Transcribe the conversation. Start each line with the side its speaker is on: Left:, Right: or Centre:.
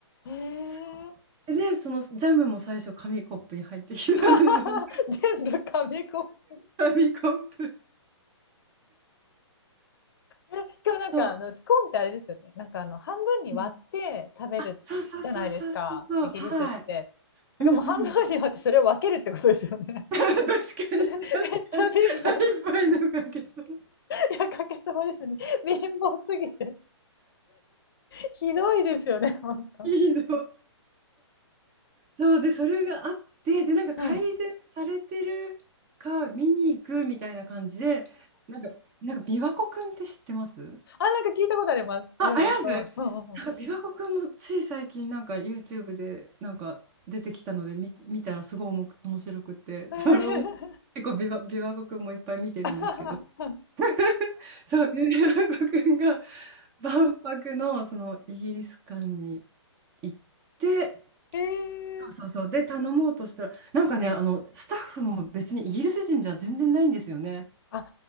Left: へえ。
Right: そうでね、そのジャムも最初、紙コップに入ってきたんですよね。
Left: <laughs> 全部紙コップ。
Right: 紙コップ。
Left: えしかもなんかあのスコーンってあれですよね。
Right: そう。
Left: なんかあの半分に割って食べるじゃないですか、
Right: うんあ、そうそうそうそうそうそう。
Left: イギリスって。
Right: はい。
Left: だからもう半分に割ってそれを分けるってことですよね。
Right: うんうん。<laughs> 確かに、
Left: <laughs>
Right: 確かに。
Left: めっちゃ貧乏。
Right: 腹いっぱいのかけそう。
Left: いや、かけさまですね。貧乏すぎて。ひどいですよね、本当。
Right: いいのそう、で、それがあって、で、なんか改善されてるか見に行くみたいな感じで、
Left: はい。
Right: なんか、なんか琵琶湖くんって知ってます
Left: あ、なんか聞いたことあります。
Right: あ、
Left: 美容とか。
Right: ありますな
Left: うんうん
Right: んか琵琶湖くんもつい最近なんか YouTube でなんか出てきたので見、見たらすごいおも面白くて、
Left: うん。
Right: それをね
Left: え
Right: 結構琵琶、琵琶湖くんもいっぱい見てるんですけど、
Left: ー <laughs>
Right: <laughs> そう、琵琶湖くんが万博のそのイギリス館に行って、
Left: ええ
Right: そうそうそう、で、頼もうとしたら、なんかね、あの、スタッフも別にイギリス人じゃ全然ないんですよね。
Left: あ、